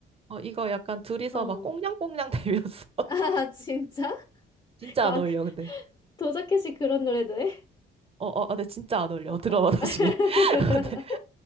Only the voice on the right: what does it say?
어, 이거 약간 둘이서
막 꽁냥꽁냥 대면서
<laughs> 진짜
안 어울려
근데.
어, 어, 어, 근데 진짜 안 어울려.
들어봐 나중에.
<laughs> 근데